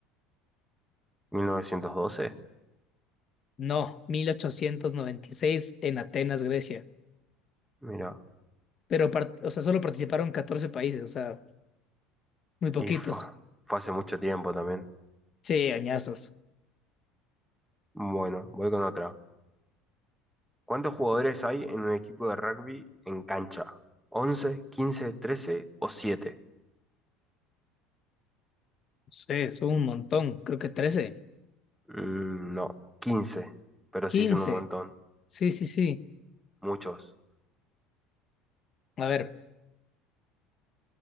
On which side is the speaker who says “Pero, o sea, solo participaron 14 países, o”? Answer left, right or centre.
Left